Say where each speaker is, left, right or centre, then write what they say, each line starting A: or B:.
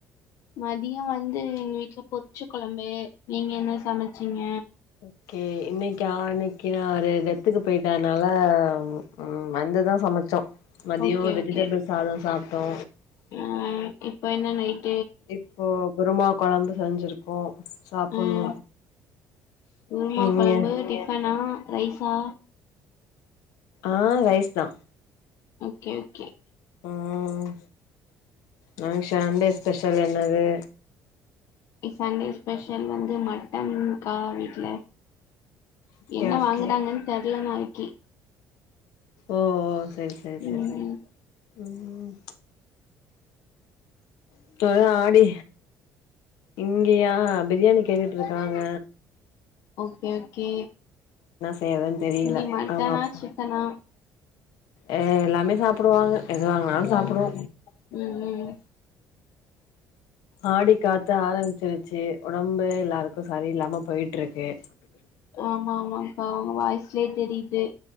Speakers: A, on the left; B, on the left.
A: மதியோ வந் து எங்க வீட்ல பொரிச்ச கொலம்பு நீங்க என்ன சமச்சீங்க
B: ஓகே இன்னைக்கா இன்னைக்கு நா ஒரு டெத்துக்கு போய்ட்ட அத்னால ம் வ துதா சமச்சோ மதியோ
A: ஓகே
B: வெஜிடபிள்
A: ஓகே
B: சாதோ சாப்டோ
A: ஆ இப்ப என்ன நைட்
B: இப்போ குருமா கொழம்பு செஞ்சிருக்கோ சாப்புட்ணு
A: அ குருமா
B: ம்
A: கொழம்பு டிஃபனா ரைசா
B: ஆ ரைஸ் தா
A: ஓகே ஓகே
B: ம் நாளிக் ஷன்டே ஸ்பெஷல் என்னது
A: சண்டே ஸ்பெஷல் வந்து மட்டன் கா வீட்ல
B: ஓகே
A: என்ன
B: ஓகே
A: வாங்குறாங்கன் தெர்ல நாளைக்கி
B: ஓஓ செரி செரி செரி
A: ம்
B: ம் இப்பதா ஆடி இங்கியா பிரியாணி கேட்டுட்ருக்காங்க
A: ஓகே ஓகே
B: செய்யறதுன்னு தெரியல
A: எப்டி மட்டனா
B: அவங்க அப்பா
A: சிக்கனா
B: ஏ எல்லாமே சாப்டுவாங்க எது வாங்னாலு
A: ம்
B: சாப்டுவோ
A: ம் ம்
B: ஆடி காத்து ஆரம்பிச்சிருச்சு ஒடம்பே எல்லாருக்கு சரி இல்லாம போயிட்ருக்கு
A: ஆமா ஆமா பாவ் உங்க வாய்ஸ்ல்யே தெரிது